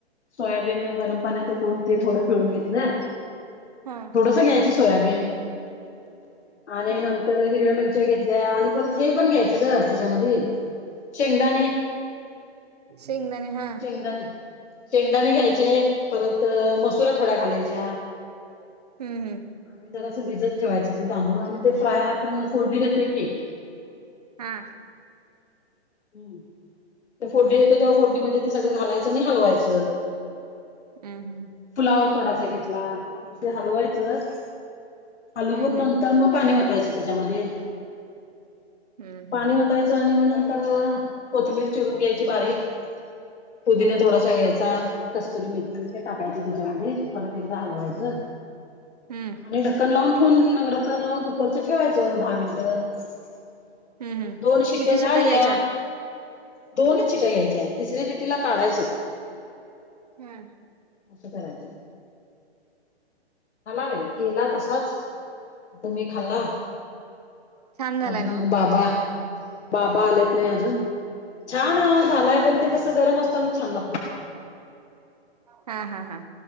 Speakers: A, on the left; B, on the right.
A: सोयाबीन गरम पाण्यात उकळून ते थोडं पिळून घेतलं
B: हा
A: थोडंस घ्यायचं सोयाबीन आणि
B: हा
A: नंतर हिरव्या मिरच्या घेतल्या आणि परत हे पण घ्यायचं ग त्याच्यामध्ये शेंगदाणे
B: संगदाणे हा
A: चंगाने शेंगदाणे घ्यायचे परत मसुरा थोड्या खालायच्या
B: हम् हम
A: आणि जरसं भिजत ठेवायचं ते तांदूळ आणि ते फ्राय आपण फोडणी देतोय की
B: हा
A: हम ते फोटेत त्या फोडणीमध्ये ते सगळं घालायचं आणि हलवायचं
B: हम्म हम्म
A: फुलावर थोडासा घेतला मग ते हलवायचंच. हलवून
B: हम्म
A: नंतर
B: हम्म
A: मग पाणी होतायचं त्याच्यामध्ये.
B: हम्म
A: पाणी
B: हम्म
A: वतायचं आणि मग नंतर कोथिंबीर चिरून घ्यायची बारीक. पुदीिना
B: हम्म
A: थोडासा घ्यायचा कस्तुरी मेथी टाकायचे त्याच्यामध्ये परत एकदा हलवायचं
B: हम्म
A: आणि ढक्कन लावून ठेवून ढक्कन लावून कुकरचं ठेवायचं दहा मिनिटं अरे
B: हम्म हम्म
A: दोन शिट्या
B: किती
A: झाल्या
B: शिट्टा घ्यायच्या?
A: दोनच शिट्या घ्यायच्या आहेत तिसऱ्या शिटीला काढायचं
B: हा
A: असं कराय बाई केला तसाच
B: ह
A: तुम्ही खाला
B: छान झालाय
A: अजून
B: ना
A: बाबा बाबा आलेत नाही अजून छान झालाय पण ते कस गरम असत छान
B: हा हा हा